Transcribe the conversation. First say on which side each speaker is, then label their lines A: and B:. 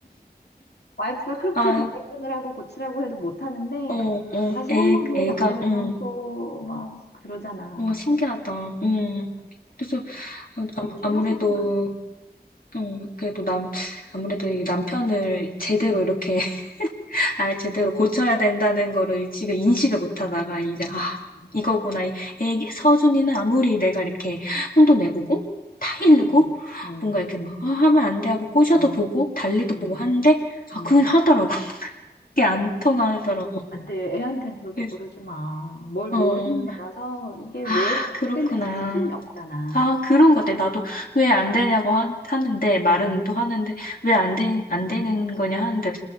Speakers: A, on the left; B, on the left.
A: 와이프가 그렇게
B: 아,
A: 담배 끊으라고 고치라고 해도 못 하는데
B: 어, 어,
A: 자식
B: 애,
A: 한마디에
B: 애가,
A: 담배를
B: 응.
A: 끊고 막 그러잖아.
B: 와, 신기하다. 응. 그래서, 어, 아-
A: 너무 신경
B: 아무래도,
A: 쓰지 마.
B: 응, 그래도 남, 아무래도 이 남편을 제대로
A: 응,
B: 이렇게, <laughs> 아, 제대로 고쳐야 된다는 거를 지금 인식을 못 하다가, 이제,
A: 응,
B: 아,
A: 응,
B: 이거구나. 이 애기, 서준이는 아무리 내가 이렇게 혼도 내보고, 타이르고,
A: 응, 응,
B: 뭔가 이렇게 막, 아, 하면 안 돼 하고 꼬셔도
A: 응,
B: 보고, 달래도
A: 응,
B: 보고 하는데,
A: 응.
B: 아, 그걸 하더라고. 그게 안 통하더라고.
A: 안 돼. 애한텐 절대
B: 그래서,
A: 그러지 마. 뭘
B: 어,
A: 모르는 애라서 이게 왜
B: 아, 그렇구나.
A: 잘못됐는지 기준이 없잖아.
B: 아, 그런 것 같아. 나도 왜 안 되냐고 하, 는데 말은 또 하는데, 왜 안 되, 안 되는 거냐 하는데,